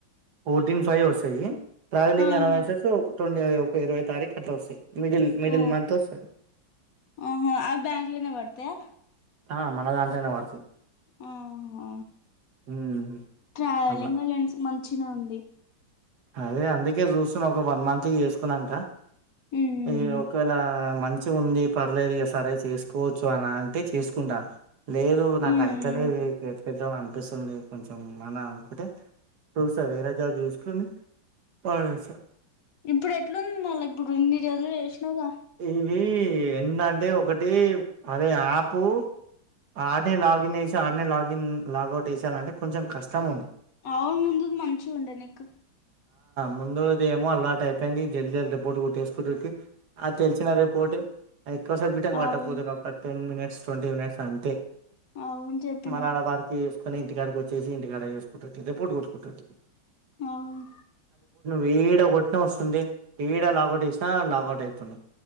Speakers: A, on the right; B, on the left.
A: ఫోర్టీన్ ఫైవ్ వస్తాయి ట్రావెలింగ్ అలవెన్సెస్
B: ఆహా
A: ఒక ట్వంటీ ఒక ఇరవై తారీఖు అట్లా వస్తాయి మిడిల్ మిడిల్
B: ఓ
A: మంత్ వస్తాయి
B: ఆహా అవి బ్యాంక్ లోనే పడతాయా
A: ఆ మన దాంట్లోనే పడతాయి
B: ఊహూ
A: ఉమ్,
B: ట్రావెలింగ్
A: అట్లా
B: అలవెన్స్ మంచి ఆ ఉంది
A: అదే అందుకే చూస్తన్నా ఒక వన్ మంత్ చేసుకున్నాక
B: ఉమ్
A: ఈ ఒకవేళ మంచి చిన్నగా ఉంది పర్లేదు ఇక సరే చేసుకోవచ్చు అని అంటే చేసుకుంటా లేదు నాకు
B: ఉమ్
A: అయితలేదు కట్ పెట్టాం అంత చూస్తుంది కొంచెం మన అనుకుంటే చూసా వేరే జాబ్ చూసుకొని వాళ్లే సార్
B: ఇప్పుడు ఎట్లుంది మళ్ళా ఇప్పుడు ఇన్ని జడలు ఎసినవుగా
A: ఇవి ఎన్నంటే ఒకటి పదే ఆపు ఆడనే లాగిన్ వేసి ఆడనే లాగిన్ లాగౌట్ వేసాలంటే కొంచెం కష్టం ఉంది
B: అవును ముందు మంచిగా ఉండె నీకు
A: ముందఏమో అలాంట్ అపోయింది జల్ జల్ రిపోర్ట్ కొట్టేసుకుంనం ఆ తెలిసిన రేపోట్ ఎక్కువ సే బిట్టం పట్టకపోతున్నా
B: అవును
A: ఒక టెన్ మినిట్స్ ట్వంటీ మినిట్స్ అంతే
B: అవును చెప్పినావ్
A: మలాడ వారికి వేసుకొని ఇంటికాడకి వచ్చేసి ఇంటికాడ వేసుకుంటు రిపోర్ట్ కొట్టుకుంటాడు
B: అవును
A: వీడ కొట్న వస్తుంది ఇడ లాగౌట్ వేసినా లాగౌట్ అవుతుంది